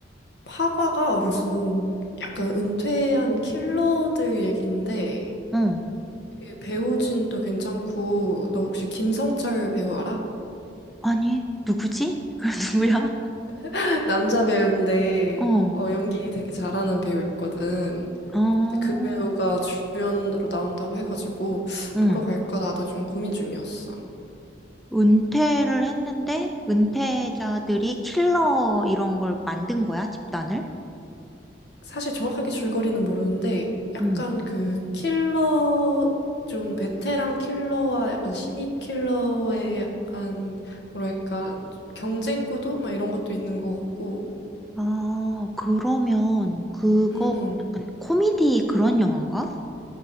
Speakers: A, on the left (about 65°); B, in the centre.
A: 파과가 무슨 약간 은퇴한 킬러들 얘긴데
B: 응.
A: 이게 배우진도 괜찮고 너 혹시 김성철 배우 알아?
B: 아니, 누구지? <laughs> 그 누구야?
A: <laughs> 남자 배우인데
B: 어.
A: 어, 연기 되게 잘하는 배우 있거든.
B: 어.
A: 근데 그 배우가 주연으로 나온다고 해가지고
B: 응.
A: 보러 갈까 나도 좀 고민 중이었어.
B: 은퇴를 했는데, 은퇴자들이 킬러 이런 걸 만든 거야, 집단을?
A: 사실 정확하게 줄거리는 모르는데 약간
B: 응.
A: 그 킬러 좀 베테랑 킬러와 약간 신입 킬러의 약간 뭐랄까 경쟁 구도 막 이런 것도 있는 것 같고
B: 아, 그러면 그거
A: 응응
B: 약간 코미디 그런 영화인가?